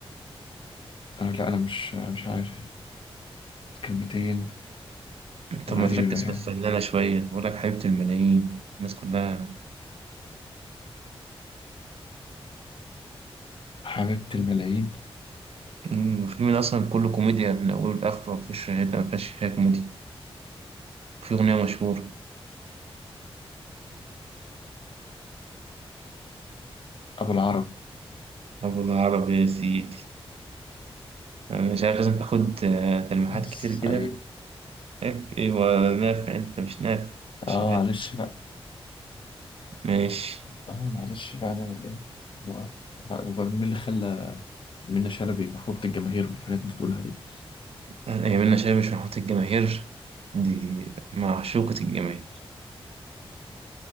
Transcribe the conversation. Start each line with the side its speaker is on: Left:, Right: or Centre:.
Left: آه لا أنا مش مش عارف كلمتين
Right: طب
Left: غريبة
Right: ما تركز
Left: يعني
Right: في الفنانة شوية بقول لك حبيبة الملايين الناس كلها
Left: حبيبة الملايين
Right: مم، الفيلم ده أصلا كله كوميديا من أوله لآخره مفيهوش حتة مفيهاش فيها كوميديا وفي أغنية مشهورة
Left: أبو العرب
Right: أبو العرب يا سيدي أنا مش عارف لازم تاخد آه، تلميحات
Left: سعيد
Right: كتير كده ناف ايه هو ناف انت مش ناف شغال
Left: آه معلش بقى
Right: ماشي
Left: آه معلش بقى نعمل إيه الله. وب- وبعدين مين اللي خلى منة شلبي محبوبة الجماهير والحاجات اللي بتقولها دي
Right: يمنا شاي مش محبط الجماهير دي معشوقة الجماهير